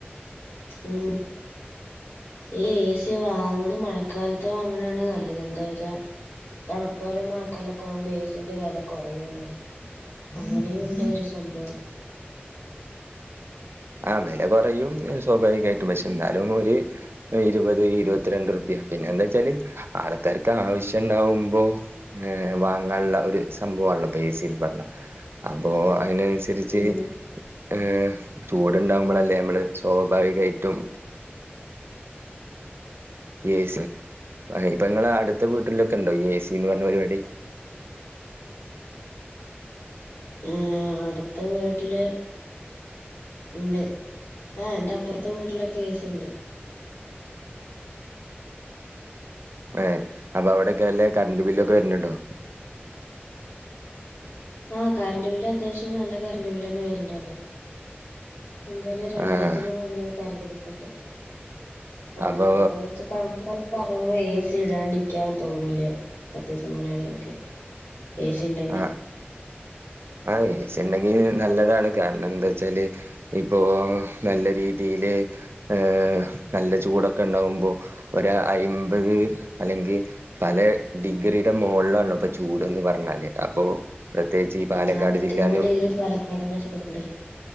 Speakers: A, on the left; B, on the right.
A: ഉം ഈ ഏ സി വാങ്ങണ മഴക്കാലത്ത് വാങ്ങണാണ് നല്ലത് എന്താ പറയുക തണുപ്പ് കാലവും മഴക്കാലവുമൊക്കൊ ആകുമ്പോ ഏ സിന്റെ വില കുറയൂല്ലോ അങ്ങനെയും ഉണ്ട് ഒരു സംഭവം
B: ആ വില കുറയും സ്വാഭാവികമായിട്ടും പക്ഷെ എന്നാലും ഒരു ഇരുപത് ഇരുപത്തിരണ്ട് റുപ്യ പിന്നെ എന്താന്ന് വച്ചാല് ആൾക്കാർക്ക് ആവശ്യം ഉണ്ടാവുമ്പോ ഏ വാങ്ങാനുള്ള ഒരു സംഭവമാണല്ലോ പേ ഏ സീന്ന് പറഞ്ഞാൽ അപ്പോ അതിനനുസരിച്ച്
A: ഉം
B: ഏ ചൂടുണ്ടാവുമ്പോളല്ലേ നമ്മള് സ്വാഭാവികമായിട്ടും എ സി ഇപ്പൊ നിങ്ങളെ അടുത്ത വീട്ടിലൊക്കെ ഉണ്ടോ ഏ സീന്ന് പറഞ്ഞ പരിപാടി.
A: ഏ അടുത്ത വീട്ടില് ഉണ്ട് ആ എന്റെ അപ്പുറത്തെ വീട്ടിലൊക്കെ എ സി ഉണ്ട്
B: ആ അപ്പൊ അവിടെക്കെ നല്ല കറണ്ട് ബില്ലൊക്കെ വരുന്നുണ്ടോ?
A: ആഹ് കരണ്ട് ബില്ല് അത്യാവശ്യം നല്ല കരണ്ട് ബില്ല് തന്നെ വരണുണ്ട് അവിടെ എന്തായാലും രണ്ടായിരത്തിന്റെ
B: ആഹ്
A: മോളിലൊക്കെ കറണ്ട് ബില്ലൊണ്ട് അവരായിട്ട്
B: അപ്പൊ
A: കൊണ്ട് വച്ചപ്പോ <unintelligible> എ സി ഇടാണ്ടിക്കാൻ തോന്നില്ല പ്രത്യേകിച്ച് മലയാളികൾക്ക് ഏസി ഇണ്ടെങ്കിൽ
B: ആഹ് ആഹ് എ സി. ഇണ്ടെങ്കിൽ നല്ലതാണ് കാരണം എന്താച്ചാല് ഇപ്പോ നല്ല രീതിയില് ഏഹ് നല്ല ചൂടൊക്കെ ഉണ്ടാവുമ്പോ ഒര് അയ്മ്പത് അല്ലെങ്കി പലേ ഡിഗ്രിയുടെ മോളിലാണല്ലൊ ഇപ്പൊ ചൂടെന്ന് പറഞ്ഞാല് അപ്പൊ പ്രത്യേകിച്ച് ഈ പാലക്കാട്
A: നാല്പത്തിമൂന്ന്
B: ജില്ലാന്ന്
A: ഡിഗ്രി പാലക്കാടിന്റെ ചൂടുണ്ട്